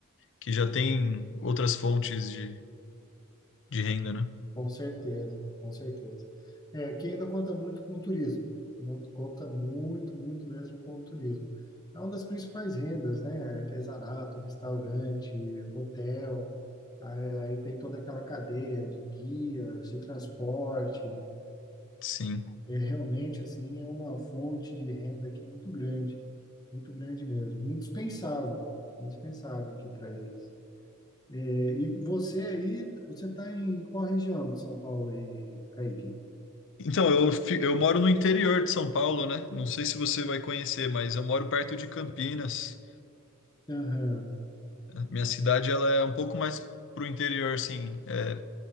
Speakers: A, on the left (about 60°); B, on the left (about 20°).
A: que já tem outras fontes de, de renda, né?
B: Com certeza, com certeza. É, aqui ainda conta muito com o turismo, não- conta muito, muito mesmo com o turismo. É uma das principais rendas, né? Artesanato, restaurante, hotel, aí aí tem toda aquela cadeia de guias, de transporte.
A: Sim.
B: É, realmente, assim, é uma fonte de renda aqui muito grande. Muito grande mesmo. Indispensável. Indispensável aqui para eles. É, E você aí, você está em qual região de São Paulo aí, Kaique?
A: Então, eu, fi- eu moro no interior de São Paulo, né? Não sei se você vai conhecer, mas eu moro perto de Campinas.
B: Aham.
A: Minha cidade, ela é um pouco mais pro interior, assim, é,